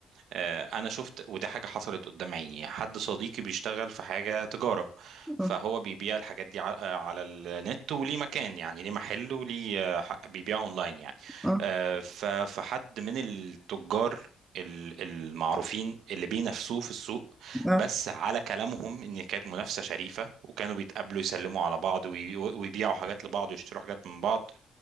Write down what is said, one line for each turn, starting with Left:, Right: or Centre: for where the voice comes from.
Right: آه، انا شفت وده حاجه حصلت قدام عيني حد صديقي بيشتغل في حاجه تجاره فهو
Centre: اه
Right: بيبيع الحاجات دي ع- آه، على النت وليه مكان يعني ليه محل وليه آه، ح- بيبيع اونلاين يعني
Centre: اه
Right: آه، ف- فحد من التجار ال- المعروفين اللي بينافسوه في السوق
Centre: اه
Right: بس على كلامهم ان كانت منافسه شريفه وكانوا بيتقابلوا يسلموا على بعض وي- ويبيعوا حاجات لبعض ويشتروا حاجات من بعض